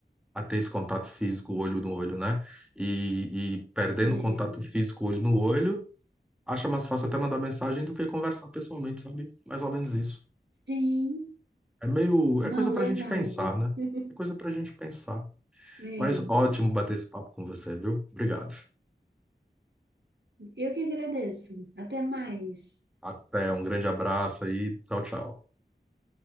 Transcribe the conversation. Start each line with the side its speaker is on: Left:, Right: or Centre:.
Centre: a ter esse contato físico
Right: uhum.
Centre: olho no olho, né? E, e perdendo
Right: É.
Centre: o contato físico olho no olho, acha mais fácil até mandar mensagem do que conversar pessoalmente, sabe? Mais ou menos isso.
Right: Sim,
Centre: É meio,
Right: não,
Centre: é coisa pra
Right: verdade.
Centre: gente pensar, né?
Right: <laughs>
Centre: É coisa pra gente pensar.
Right: É,
Centre: Mas ótimo bater esse papo com você, viu? Obrigado.
Right: eu que agradeço. Até mais.
Centre: Até, um grande abraço aí. Tchau, tchau.